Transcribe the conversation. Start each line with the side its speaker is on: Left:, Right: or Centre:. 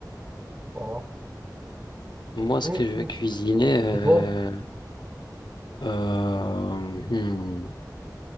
Right: Voilà.
Left: Moi,
Right: Mm,
Left: ce que je vais
Right: mm,
Left: cuisiner, euh,
Right: Et toi?
Left: euh, hmm,